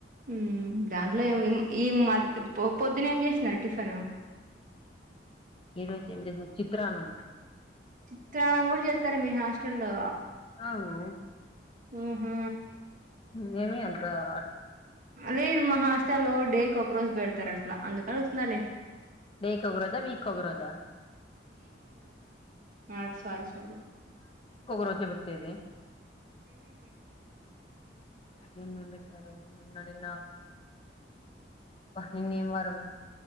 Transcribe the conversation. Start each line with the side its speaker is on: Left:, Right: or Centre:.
Right: మ్మ్ దాంట్లో ఏమో ఈమ్ ఈయమ్మాద్ పో పొద్దునేం జేస్నారు టిఫిను
Left: ఈ రోజు ఏం చేసాం చిత్రాన్నం
Right: చిత్రానం గుడ జేత్తర మీ హాస్టల్ల్లో
Left: అవును
Right: మ్మ్ హు
Left: మ్మ్ ఏమి అంతార్
Right: లేదు మా హాస్టల్లో డే కొక్రోజ్ బెడ్తారట్లా అందుకడుతున్నాలే
Left: డే కొగ రోజా వీక్ కొగరోజా
Right: అట్ స్వారీ స్వారీ
Left: రోజే పెట్టేది నిన్నేం పెట్టారు నిన్న నిన్న నిన్నేం వారము